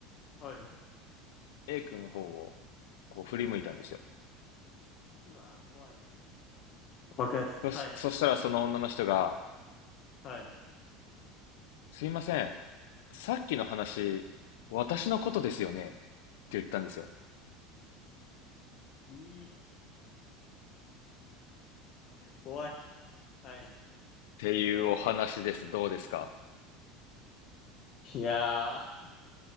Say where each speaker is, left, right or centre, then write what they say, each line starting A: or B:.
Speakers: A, on the left; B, on the left.
A: はい。
B: A 君の方をこう振り向いたんですよ。
A: うわー、怖い。<laughs> 怖怖くなってきた。
B: そし、
A: はい。
B: そしたらその女の人が、
A: はい。
B: すいません、さっきの話、私のことですよねって言ったんですよ。
A: いい、怖い。はい。
B: っていうお話です。どうですか
A: いやー、